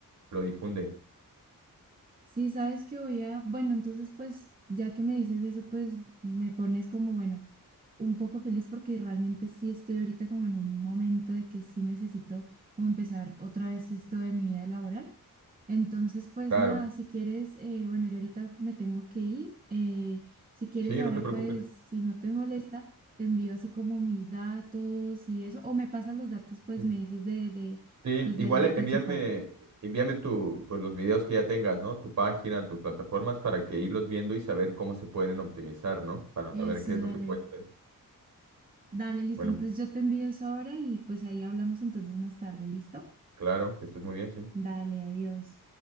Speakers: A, on the right; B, on the right.
A: lo difunde.
B: Sí, sabes que voy a, bueno, entonces pues ya que me dices eso, pues me pones como, bueno, un poco feliz porque realmente sí estoy ahorita como en un momento de que sí necesito como empezar otra vez esto de mi vida laboral. Entonces, pues
A: Claro.
B: nada, si quieres, eh, bueno, yo ahorita me tengo que ir. eh, si quieres
A: Sí,
B: ahora,
A: no te preocupes.
B: pues si no te molesta, te envío así como mis datos y eso, o me pasas los datos, pues
A: Sí.
B: me dices de, de,
A: Sí,
B: pues
A: igual
B: de allá de
A: eh,
B: tu
A: envíame,
B: equipo.
A: envíame tu, pues los videos que ya tengas, ¿no? Tu página, tus plataformas para que irlos viendo y saber cómo se pueden optimizar, ¿no? Para
B: Eso,
A: ver qué
B: dale.
A: es lo que puede ser.
B: Dale, listo.
A: Bueno,
B: Entonces yo te envío eso ahora y pues ahí hablamos entonces más tarde, ¿listo?
A: claro, que estés muy bien, sí.
B: Dale, adiós.